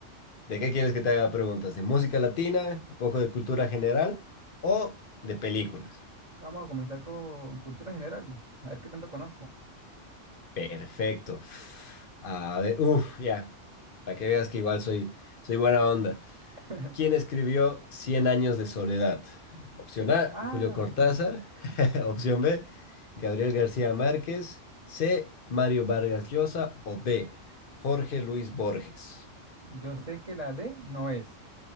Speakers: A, on the left; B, on the right.
A: ¿De qué quieres que te haga preguntas? ¿De música latina, un poco de cultura general o de películas?
B: Vamos a comenzar con cultura general. A ver qué tanto conozco.
A: Perfecto. A ver, uff, ya. Para que veas que igual soy, soy buena onda.
B: <laughs>
A: ¿Quién escribió Cien años de soledad? Opción A,
B: Ah,
A: Julio Cortázar. <laughs> Opción B, Gabriel García Márquez. C, Mario Vargas Llosa. O D, Jorge Luis Borges.
B: yo sé que la D no es.